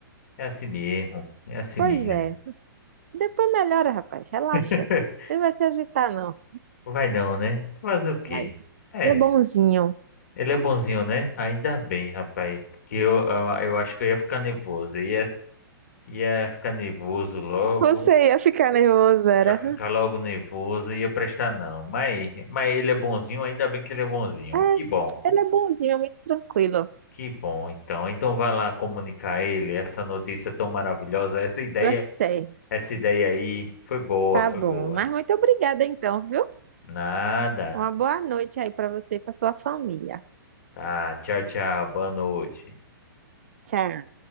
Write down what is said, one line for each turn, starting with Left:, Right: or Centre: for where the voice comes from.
Left: É assim mesmo, é assim
Right: Pois
Left: mesmo.
Right: é. Depois melhora, rapaz. Relaxa.
Left: <laughs>
Right: Ele vai se agitar, não.
Left: Vai não, né? Fazer o quê?
Right: Vai.
Left: É,
Right: Ele é bonzinho.
Left: ele é bonzinho, né? Ainda bem, rapaz. Porque eu, eu, eu acho que eu ia ficar nervoso. Eu Ia, ia ficar nervoso logo.
Right: Você ia ficar nervoso, era.
Left: Ia ficar logo nervoso, ia prestar não. Mas, mas ele é bonzinho, ainda bem que ele é bonzinho.
Right: É,
Left: Que bom.
Right: ele é bonzinho, é muito tranquilo.
Left: Que bom, então. Então vai lá comunicar a ele essa notícia tão maravilhosa, essa ideia,
Right: Já sei.
Left: essa ideia aí foi boa,
Right: Tá
Left: foi
Right: bom.
Left: boa.
Right: Mas muito obrigada, então, viu?
Left: Nada.
Right: Uma boa noite aí para você e para sua família.
Left: Tá, tchau, tchau. Boa noite.
Right: Tchau.